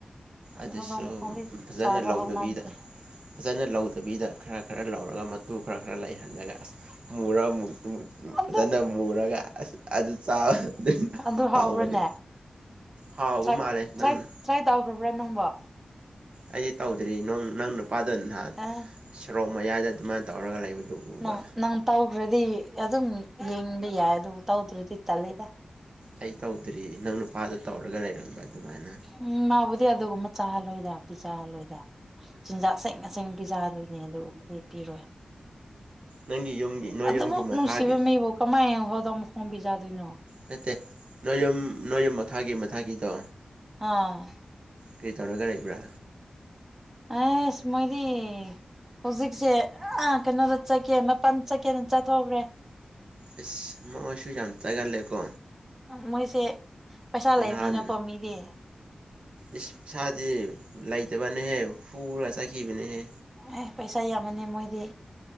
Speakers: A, on the right; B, on the right.
A: ꯑꯗꯨꯁꯨ
B: ꯍꯧꯗꯣꯡ ꯃꯈꯣꯡꯗꯤ
A: ꯐꯖꯅ
B: ꯆꯥꯕ
A: ꯂꯧꯗꯕꯤꯗ
B: ꯍꯧꯅꯗꯦ
A: ꯐꯖꯅ ꯂꯧꯗꯕꯤꯗ ꯈꯔ ꯈꯔ ꯂꯧꯔꯒ ꯃꯇꯨ ꯈꯔ ꯈꯔ ꯂꯩꯍꯜꯂꯒ ꯑꯁ ꯃꯨꯔꯨ
B: ꯑꯗꯨ
A: ꯐꯖꯅ ꯃꯨꯔꯒ ꯑꯁ ꯑꯗꯨ ꯑꯗꯨ
B: ꯑꯗꯨ ꯍꯥꯎꯕ꯭ꯔꯅꯦ
A: ꯍꯥꯎꯕꯅꯦ ꯍꯥꯎꯕ
B: ꯇ꯭ꯔꯥꯏ
A: ꯃꯥꯜꯂꯦ ꯅꯪꯅ
B: ꯇ꯭ꯔꯥꯏ ꯇ꯭ꯔꯥꯏ ꯇꯧꯈ꯭ꯔꯕ꯭ꯔꯥ ꯅꯪꯕꯣ
A: ꯑꯩꯁꯦ ꯇꯧꯗ꯭ꯔꯤ ꯅꯪ ꯅꯨꯄꯥꯗ ꯅꯍꯥꯟ
B: ꯑꯦ
A: ꯁꯣꯔꯣꯛ ꯃꯌꯥꯏꯗ ꯑꯗꯨꯃꯥꯏꯅ ꯇꯧꯔꯒ ꯂꯩꯕꯗꯨ ꯎꯕ
B: ꯅꯪ ꯅꯪ ꯇꯧꯈ꯭ꯔꯗꯤ ꯑꯗꯨꯝ ꯌꯦꯡꯕ ꯌꯥꯏ ꯑꯗꯨꯕꯨ ꯇꯧꯗ꯭ꯔꯗꯤ ꯇꯂꯦꯗ
A: ꯑꯩ ꯇꯧꯗ꯭ꯔꯤ ꯅꯪ ꯅꯨꯄꯥꯗꯣ ꯇꯧꯔꯒ ꯂꯩꯔꯝꯕ ꯑꯗꯨꯃꯥꯏꯅ
B: ꯎꯝ ꯃꯥꯕꯨꯗꯤ ꯑꯗꯨꯒꯨꯝꯕ ꯆꯥꯍꯜꯂꯣꯏꯗ ꯄꯤ ꯆꯥꯍꯜꯂꯣꯏꯗ ꯆꯤꯟꯖꯥꯛ ꯑꯁꯪ ꯑꯁꯦꯡ ꯄꯤꯖꯥꯗꯣꯏꯅꯦ ꯑꯗꯨꯒꯨꯝꯕꯗꯤ ꯄꯤꯔꯣꯏ
A: ꯅꯪꯒꯤ ꯌꯨꯝꯒꯤ ꯅꯣꯏ
B: ꯑꯗꯨꯕꯨ
A: ꯌꯨꯝꯒꯤ ꯃꯈꯥꯒꯤ
B: ꯅꯨꯡꯁꯤꯕ ꯃꯤꯕꯨ ꯀꯃꯥꯏꯅ ꯍꯣꯗ ꯑꯃꯨꯛ ꯈꯣꯡꯝꯕꯤ ꯆꯥꯗꯣꯏꯅꯣ
A: ꯅꯠꯇꯦ ꯅꯣꯏ ꯌꯨꯝ ꯅꯣꯏ ꯌꯨꯝ ꯃꯈꯥꯒꯤ ꯃꯊꯛꯒꯤꯗꯣ
B: ꯑꯥ
A: ꯀꯔꯤ ꯇꯧꯔꯒ ꯂꯩꯕ꯭ꯔꯥ
B: ꯑꯦ ꯏꯁ ꯃꯣꯏꯗꯤ ꯍꯧꯖꯤꯛꯁꯦ ꯑ ꯀꯩꯅꯣꯗ ꯆꯠꯀꯦ ꯃꯄꯥꯟ ꯆꯠꯀꯦꯅ ꯆꯠꯊꯣꯛꯈ꯭ꯔꯦ
A: ꯑꯦꯁ ꯃꯁꯨ ꯌꯥꯝꯇꯒꯔꯂꯦꯀꯣ
B: ꯃꯣꯏꯁꯦ ꯄꯩꯁꯥ ꯂꯩꯕꯅꯤꯅꯀꯣ
A: ꯅꯍꯥꯟ
B: ꯃꯤꯗꯤ
A: ꯏꯁ ꯏꯁꯥꯗꯤ ꯂꯩꯇꯕꯅꯍꯦ ꯍꯨꯔ ꯆꯥꯈꯤꯕꯅꯦꯍꯦ
B: ꯑꯦ ꯄꯩꯁꯥ ꯌꯥꯝꯃꯅꯤ ꯃꯣꯏꯗꯤ